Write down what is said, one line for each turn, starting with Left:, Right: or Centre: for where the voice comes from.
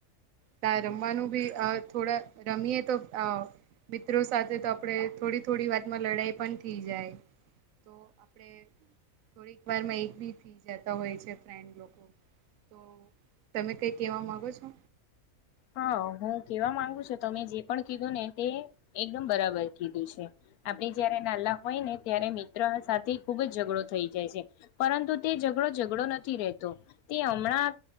Right: ત રમવાનું બી થોડા રમીએ તો. મિત્રો સાથે તો આપણે થોડી થોડી વાતમાં લડાઈ પણ થઈ જાય. તો આપડ થોડીક વાર એક બી થી જતા હોય છે ફન્ડ લોકો. તો તમે કઈ કેવા માંગો છો!
Left: હા હું કેવા માંગુ છું તમે જે પણ કીધું ને તે એકદમ બરાબર કીધું છે. આપણે જયારે નાનલા હોય ને ત્યારે મિત્ર સાથે ખુબ જ ઝઘડો થઈ જાય છે પરંતુ તે ઝઘડો નથી રતો તે હમણાં